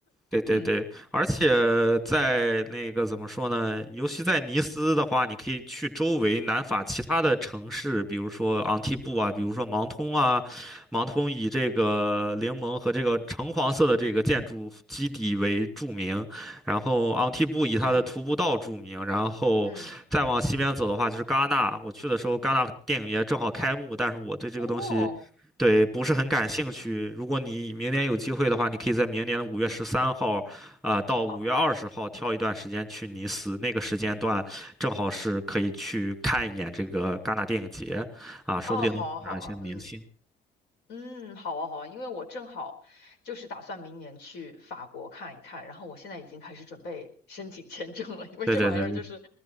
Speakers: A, in the centre; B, on the left.
A: 对对对，
B: <clears throat>
A: 而且在那个怎么说呢？尤其在尼斯的话，你可以去周围南法其他的城市，比如说昂蒂布啊，比如说芒通啊。芒通以这个柠檬和这个橙黄色的这个建筑基底为著名，然后昂蒂布以它的徒步道著名，
B: 嗯
A: 然后再往西边走的话就是戛纳。
B: 嗯，
A: 我去的时候，戛纳电影节正好开幕，但是我对这个东西对，
B: 哦，
A: 不是很感兴趣。如果你明年有机会的话，你可以在明年的五月十三号，啊，到五月二十号挑一段时间去尼斯，
B: 好，
A: 那个时间段正好是可以去看一眼这个戛纳电影节，啊，说不定能碰上一些明星。
B: 哦，好啊，好啊，嗯嗯，好啊，好啊，因为我正好就是打算明年去法国看一看，然后我现在已经开始准备申请签证了，因为这玩意儿就是
A: 对对对